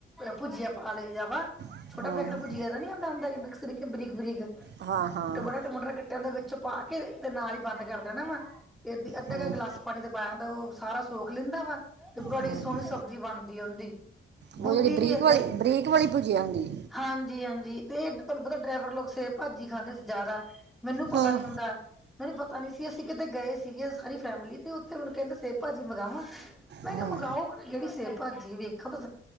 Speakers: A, in the centre; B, on the right.
A: ਭੁਜੀਆ ਪਾ ਲਈ ਆ ਵਾ
B: ਹੂੰ
A: ਛੋਟਾ
B: ਹੂੰ
A: ਪੈਕਟ ਭੁਜਿਆ ਦਾ ਨੀ ਆਂਦਾ ਹੂਦਾ ਮਿਕਸ ਬਰੀਕ ਬਰੀਕ,
B: ਹਾਂ ਹਾਂ
A: ਟਮਾਟਰਾ ਟਮੂਟਰ ਕੱਟਿਆ ਦਾ ਪਾ ਕੇ, ਤੇ ਨਾਲ ਹੀ ਬੰਦ ਕਰ ਦੇਣਾ ਵਾ ਤੇ ਅੱਧੀ ਅੱਧਾ
B: ਹੂੰ
A: ਕ ਗਿਲਾਸ ਪਾਣੀ ਤੇ ਪਾਇਆ ਹੁੰਦਾ, ਉਹ ਸਾਰਾ ਸੋਖ ਲੈਂਦਾ ਵਾ ਤੇ ਬੜੀ
B: ਹੂੰ
A: ਸੋਹਣੀ ਸਬਜ਼ੀ ਬਣਦੀ ਉਹਦੀ। ਬੂੰਦੀ
B: ਉਹ ਜਿਹੜੀ ਬਰੀਕ
A: ਵੀ ਏਦਾਂ
B: ਵਾਲੀ
A: ਹੀ
B: ਬਰੀਕ ਵਾਲੀ ਭੁਜੀਆਂ ਹੁੰਦੀ।
A: ਹਾਂਜੀ ਹਾਂਜੀ, ਤੇ ਤੁਹਾਨੂੰ ਪਤਾ ਡਰਾਈਵਰ ਲੋਕ ਸੇ ਭਾਜੀ ਖਾਂਦੇ ਸੀ ਜ਼ਿਆਦਾ। ਮੈਨੂੰ ਪਤਾ
B: ਹਾਂ
A: ਨੀ ਹੁੰਦਾ। ਮੈਨੂੰ ਪਤਾ ਨੀ ਸੀ ਅਸੀਂ ਕਿਤੇ ਗਏ ਸੀਗੇ ਸਾਰੀ ਫੈਮਿਲੀ ਤੇ ਉੱਥੇ ਮੈਨੂੰ ਕਹਿੰਦੇ ਸਬ ਭਾਜੀ ਮੰਗਾਵਾਵਾਂ। ਮੈਂ
B: ਹਾਂ
A: ਕਿਹਾ ਮੰਗਾਓ ਕਿਹੜੀ ਸੇਬ ਭਾਜੀ ਵੇਖੋ ਤਾਂ,